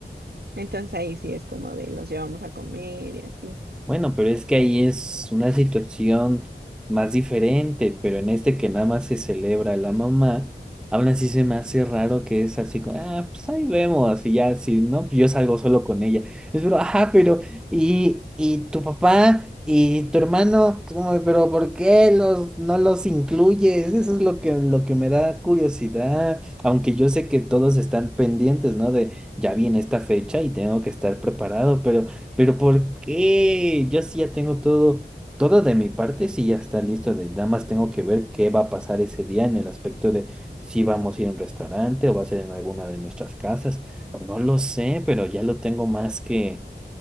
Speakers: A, on the right; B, in the centre.
A: Entonces ahí sí es como de los llevamos a comer y así.
B: Bueno, pero es que ahí es una situación más diferente, pero en este que nada más se celebra la mamá, aún así se me hace raro que es así como, ah, pues ahí vemos, y ya, si no, pues yo salgo solo con ella. Es pero, ajá, pero, y, y tu papá y tu hermano, como, pero ¿por qué los, no los incluyes? Eso es lo que, lo que me da curiosidad, aunque yo sé que todos están pendientes, ¿no? De ya viene esta fecha y tengo que estar preparado, pero. Pero ¿por qué? Yo sí ya tengo todo, todo de mi parte, sí ya está listo de, nada más tengo que ver qué va a pasar ese día en el aspecto de si vamos a ir a un restaurante o va a ser en alguna de nuestras casas. No lo sé, pero ya lo tengo más que,